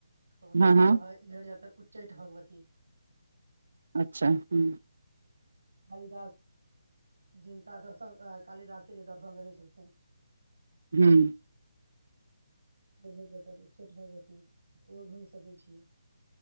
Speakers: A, on the right; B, on the right.
A: ओ तऽ
B: हँ
A: अहाँके
B: हँ
A: भ भेट जाएत उच्चैठ भगवती
B: अच्छा ह्म
A: कालिदास जिनका दर्शन कालिदास के जे दर्शन देने छलखिन
B: ह्म
A: जत छठि भगवती ओहो घुम सकै छी